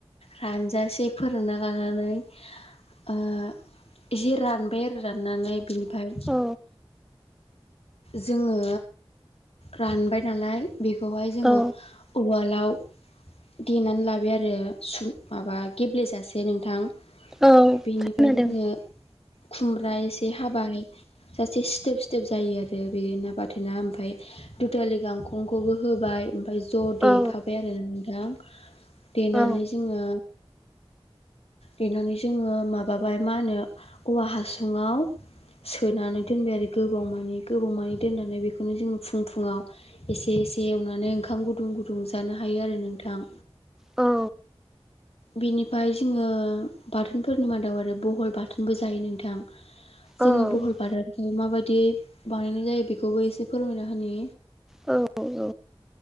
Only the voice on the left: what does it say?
रानजासे फोराना लानानै एसे रानबाय आरो राननानै बिनिफाय
जोङो रानबाय नालाय बेखौहाय जोङो
उवालाव देनानै लाबाय आरो सु माबा गेब्लेेजासे नोंथां।
बेनिफ्राय
जोङो खुमब्रा एसे हाबाय सासे सिथोब सिथोब जायो आरो। आरो बे ना बाथेना ओमफाय दुदावलि गांखंखौबो होबाय ओमफ्राय ज' देफाबाय
आरो नोंथां। देनानै
जोङो देनानै जोङो माबाबाय मा होनो औवा हासुङाव सोनानै दोनबाय आरो गोबाव मानि गोबाव मानि दोननानै बेखौनो जोङो फुं फुुंङाव एसे एसे एवनानै ओंखाम गुदुं गुदुं जानो हा यो आरो नोंथां।
बेनिफाय जोङो बाथोनफोरनि मादाव आरो बहल बाथोनबो जायो नोंथां। जोङो
भुहल बाथोनखौ माबायदि बानायनाय जायो बेखौबो एसे फोरमायना होनि